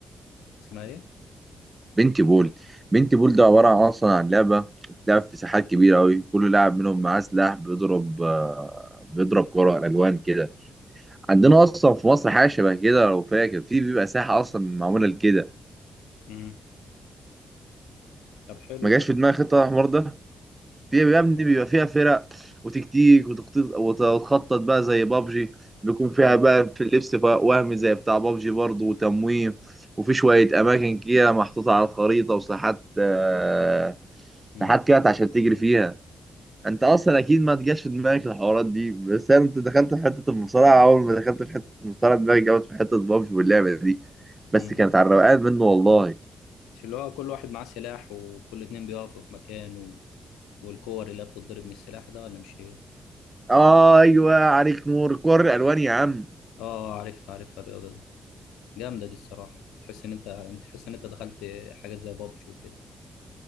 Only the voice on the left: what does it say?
اسمها ايه
مم. طب حلو
ده
مم.
مم.
مم.
مش اللي هو كل واحد معاه سلاح وكل اتنين بيقفوا في مكان و... والكور اللي هي بتتضرب من السلاح ده ولا مش هي؟
اه عارفها عارفها الرياضة دي جامدة دي الصراحة تحس ان انت انت تحس ان انت دخلت حاجات زي بابجي وكده